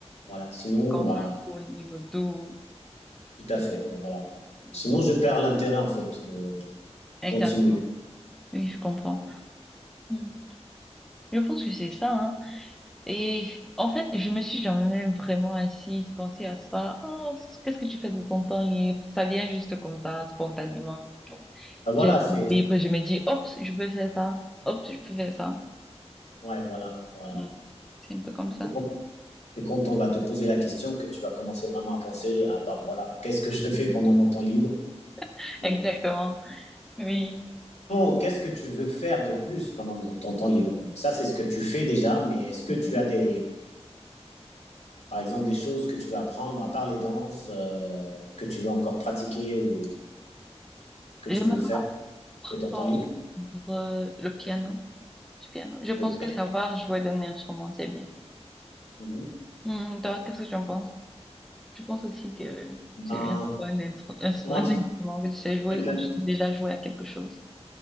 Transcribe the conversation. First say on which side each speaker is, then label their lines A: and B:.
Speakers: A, on the left (about 80°); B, in the centre.
A: Voilà. Sinon,
B: Surtout quand
A: bah.
B: c'est un gros livre doux.
A: Tout à fait, ben voilà.
B: Mhm.
A: Sinon, je perds l'intérêt, en fait, de
B: Exactement.
A: continuer.
B: Oui, je comprends. Mhm. Je pense que c'est ça, hein. Et en fait, je me suis jamais vraiment assise, pensée à ça. Oh, qu'est-ce que tu fais de ton temps libre? Ça vient juste comme ça, spontanément et tout.
A: Ben voilà,
B: J'ai le
A: c'est...
B: temps libre, je me dis, hop, je peux faire ça. Hop, je peux faire ça.
A: Ouais, voilà, voilà.
B: Mm. C'est un peu comme ça.
A: C'est quand, c'est quand on va te poser la question que tu vas commencer vraiment à penser, à. bah voilà, qu'est-ce que je fais pendant mon temps libre?
B: <laughs>
A: Mais
B: Exactement. Oui.
A: non, qu'est-ce que tu veux faire de plus pendant ton temps libre? Donc ça, c'est ce que tu fais déjà, mais est-ce que
B: Mhm.
A: tu as des, par exemple, des choses que tu veux apprendre à part les danses, euh, que tu veux encore pratiquer ou que
B: J'aimerais
A: tu veux faire de ton temps
B: entendre
A: libre?
B: le piano. Du piano. Je pense
A: Le piano,
B: que savoir jouer d'un instrument, c'est bien.
A: mhm.
B: Mm, toi, qu'est-ce que tu en penses? Je pense aussi que
A: Ben,
B: c'est bien d'avoir un instru- un instru-
A: moi,
B: un instrument que tu sais jouer
A: j'aime la
B: ou tu sais déjà jouer à quelque chose.